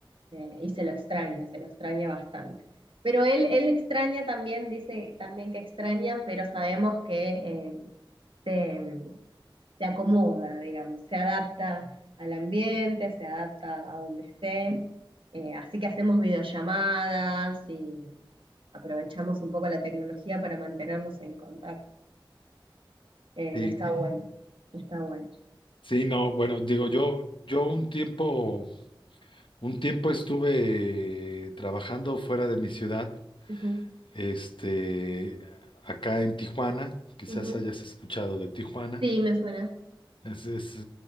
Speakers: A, on the right; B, on the left.
A: eh, y se lo extraña, se lo extraña bastante. Pero él, él extraña también, dice también que extraña, pero sabemos que eh, se, se acomoda, digamos, se adapta al ambiente, se adapta a donde esté. Eh, así que hacemos videollamadas y aprovechamos un poco la tecnología para mantenernos en contacto. Eh,
B: Sí.
A: está bueno, está bueno.
B: Sí, no, bueno, digo, yo, yo un tiempo, un tiempo estuve trabajando fuera de mi ciudad,
A: Ujú,
B: este, acá en Tijuana. Quizás
A: ujú.
B: hayas escuchado de Tijuana.
A: Sí, me suena.
B: Es- es-